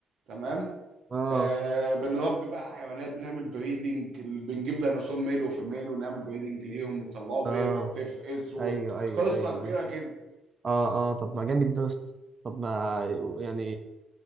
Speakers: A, on the right (about 65°); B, on the right (about 35°).
A: تمام
B: اه
A: آه بنربي بقى حيوانات بنعمل بريدنج بنجيب ديناصور ميل وفيميل ونعمل بريدنج ليهم ويطلعوا بيضه
B: اه
A: وتفقس وقصه
B: ايوه ايوه ايوه
A: كبيره
B: ايوه
A: كده
B: اه اه طب ما جامد ده يا اسطى طب ما يعني